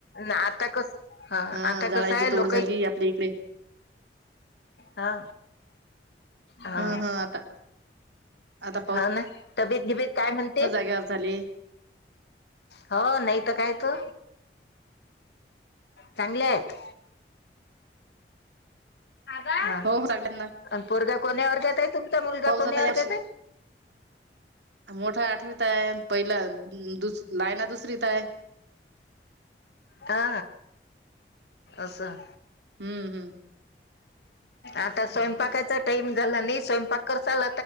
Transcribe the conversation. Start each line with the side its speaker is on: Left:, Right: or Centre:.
Left: ना आता कसं ह
Right: हा
Left: आता
Right: झाडाची
Left: कसं आहे लोक
Right: तोड झाली
Left: <unintelligible>
Right: आपल्या इकडे
Left: हा हा,
Right: ह ह आता आता
Left: हा ना, तबेत बिबेत काय म्हणते?
Right: र <unintelligible> झाली
Left: हो, नाही तर काय त चांगले आहेत हा,
Right: हो हो चांगल्यात ना
Left: अन, पोरगा कोण्या वर्ग्यात आहे तुम मुलगा
Right: पाऊस
Left: कोण्या
Right: आता यावर्षी
Left: वर्गात हाय?
Right: मोठा आठवीत आहे पहिला दुस लायना दुसरीत आहे.
Left: हा, असं
Right: हम्म, हम्म
Left: आता स्वयंपाकाचा टाइम झाला नाही स्वयंपाक करचाल